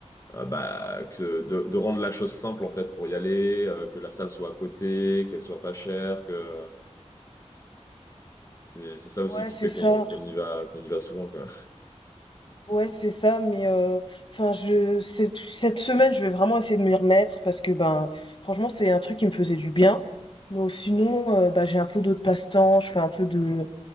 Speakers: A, on the left; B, on the left.
A: euh, euh, bah, que de, de rendre la chose simple en fait pour y aller, euh, que la salle soit à côté, qu'elle soit pas chère, que c'est c'est ça aussi
B: Ouais,
A: qui
B: c'est
A: fait
B: ça.
A: qu'on qu'on y va qu'on y va souvent quoi.
B: Ouais, c'est ça, mais euh, enfin, je cette, cette semaine, je vais vraiment essayer de m'y remettre parce que ben, franchement, c'est un truc qui me faisait du bien. Mais sinon, euh, bah, j'ai un peu d'autres passe-temps. Je fais un peu de,